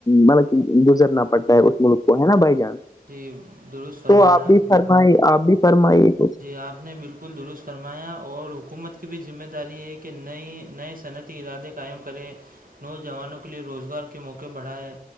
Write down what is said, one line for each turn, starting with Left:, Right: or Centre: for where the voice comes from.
Left: مطلب کہ گزرنا پڑتا ہے اس ملک کو ہے نا بائی جان
Right: جی درست فرمایا
Left: تو آپ بھی
Right: نے
Left: فرمائیے آپ بھی فرمائیے کچھ
Right: آپ نے بالکل درست فرمایا اور حکومت کی بھی ذمہ داری ہے کہ نئی نئے صنعتی ارادے کو قائم کریں نوجوانوں کے لیے روزگار کے موقع بڑھائیں